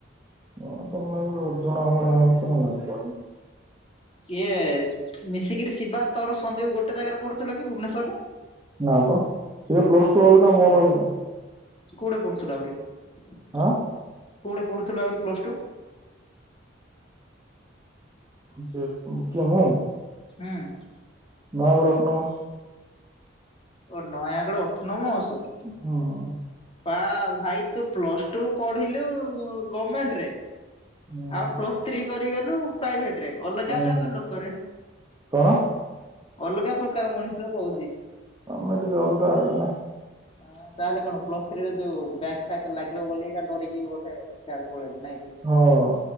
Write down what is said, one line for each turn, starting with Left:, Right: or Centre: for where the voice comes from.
Right: କଣ ତମେ ଗୋଟେ ଅଜଣା ଭଳିଆ ହଉଚ ତମେ ଜାଣିଛ
Left: ଇଏ ମିଶିକିରି ଶିବା ତୋର ସନ୍ଦୀପ ଗୋଟେ ଜାଗାରେ ପଢୁଥିଲ କି ଭୁବନେଶ୍ୱରରେ?
Right: ନାଁ ତ ସେଏ ପ୍ଲସଟୁ ଅଲଗା ମୋର ଅଲଗା।
Left: କଉଠେ ପଢୁଥିଲ ଆଉରି କଉଠି
Right: ଆଁ
Left: ପଢୁଥିଲ ଆଉରି ପ୍ଲସ୍ ଟୁ?
Right: ସେ କେମୁ
Left: ହୁଁ
Right: ନୟାଗଡ଼ ଅଟନମସ
Left: ଓ ନୟାଗଡ ଅଟନମଷ
Right: ହଁ
Left: ପା ଭାଇ ତୁ ପ୍ଲସ ଟୁ ପଢିଲୁ ଗଭମେଣ୍ଟ ରେ
Right: ହୁଁ
Left: ଆଉ ପ୍ଲସ୍ ଥ୍ରୀ କରିଗଲୁ ପ୍ରାଇଭେଟ ରେ ଅଲଗା
Right: ହୁଁ
Left: ହେଲେ ଆମ ଲୋକରେ
Right: କଣ
Left: ଅଲଗା ପ୍ରକାର ମଣିଷ କହୁଛି
Right: ଗମେଟିକା ଅଲଗା ଆଗ ନା
Left: ହଁ ତାହେଲେ କଣ ପ୍ଲସ୍ ଥ୍ରୀ ଯୋଉ ବ୍ୟାଗ ଫକ୍ ଲାଗିବ ବ ଏକା ଡରିକି ବୋଧେ ଆଡ଼ କଳିଲ ନାଇକି
Right: ହଁ